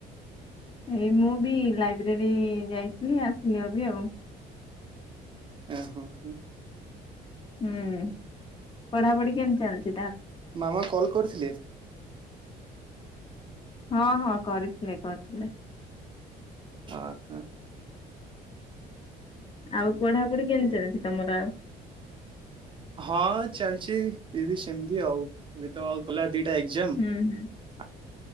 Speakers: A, on the left; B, on the right.
A: ଏଇ ମୁଁ ବି ଲାଇବ୍ରେରୀ ଯାଇଥିଲି ଆସିଲି ଅବି ଆଉ।
B: ଓହୋ।
A: ହୁଁ ପଢାପଢି କେମତି ଚାଲଛି।
B: ମାମା କଲ୍ କରିଥିଲେ।
A: ହଁ ହଁ କରିଥିଲେ କରିଥିଲେ।
B: ଅ ହୋ।
A: ଆଉ ପଢାପଢି କେମିତି ଚାଲିଛି ତମର ଆଉ।
B: ହଁ ଚାଲିଛି ଦିଦି ସେମିତି ଆଉ ଏବେ ତ ଗଲା ଦିଟା ଏକ୍ଜାମ
A: ହୁଁ ହୁଁ